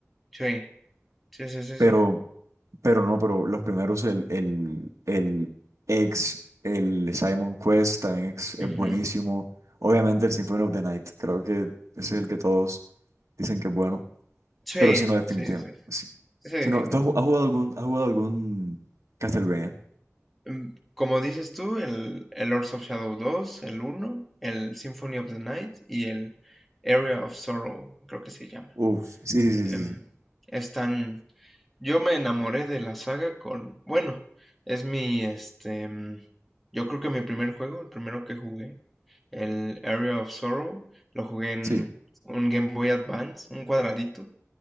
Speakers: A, in the centre; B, on the right.
A: Sí, sí, sí, sí,
B: pero,
A: sí.
B: pero no, pero los primeros, el, el, el X, el Simon Quest también es, es
A: Ujú.
B: buenísimo. Obviamente el Symphony of the Night, creo que ese es el que todos dicen que es bueno,
A: Sí,
B: pero si no, definitivamente.
A: sí, sí,
B: Si,
A: sí, sí,
B: si no,
A: no.
B: ¿tú has, ju- has jugado algún, has jugado algún Castlevania?
A: Mm, Como dices tú, el, el Lords of Shadow dos el uno el Symphony of the Night y el Area of Sorrow, creo que se llama.
B: Uf, sí, sí,
A: Em,
B: sí, sí,
A: están Yo me enamoré de la saga con, bueno, es mi, este, mm, yo creo que mi primer juego, el primero que jugué, el Area of Sorrow, lo jugué en
B: sí,
A: un Game Boy Advance, un cuadradito.